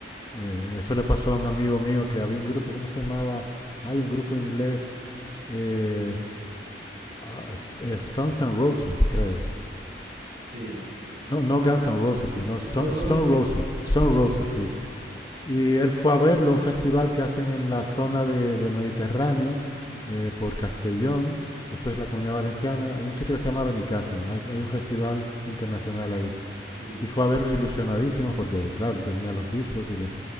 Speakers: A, on the left (about 25°); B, on the right (about 60°).
A: Eh, eso le pasó a un amigo mío que había un grupo, ¿cómo se llamaba? Hay un grupo inglés, eh, ah, S- eh, Stones and Roses, creo.
B: sí.
A: No, no Guns N' Roses, sino
B: Stone
A: Stone,
B: Roses,
A: Stone Roses. Stone
B: sí.
A: Roses, sí. Y él fue a verlo, a un festival que hacen en la zona de- del Mediterráneo, eh, por Castellón, que eso es la Comunidad Valenciana, en un sitio que se llama Benicàssim. Hay, hay un festival internacional ahí.
B: Mm,
A: Y fue a verlos ilusionadísimos porque, claro, él tenía los discos y le,